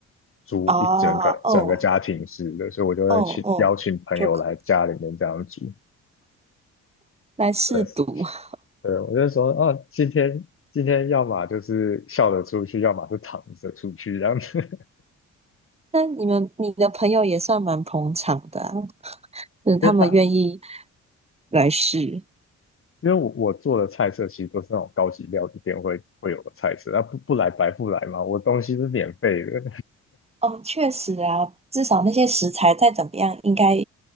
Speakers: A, on the left; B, on the right.
A: 租一整个整个家庭式的，
B: 啊，哦，
A: 所以我就会请邀请朋友来家里面这样煮。
B: 哦，哦，就可。来试读。
A: 对
B: <laughs>
A: 对，我就说啊，今天今天要么就是笑着出去，要么是躺着出去这样子。
B: 那你们你的朋友也算蛮捧场的啊，<laughs> 就是他们愿意
A: <laughs> 就大
B: 来试。
A: 因为我我做的菜色其实都是那种高级料理店会会有的菜色，那不不来白不来嘛，我东西是免费的，
B: 哦，确实啊，至少那些食材再怎么样，应该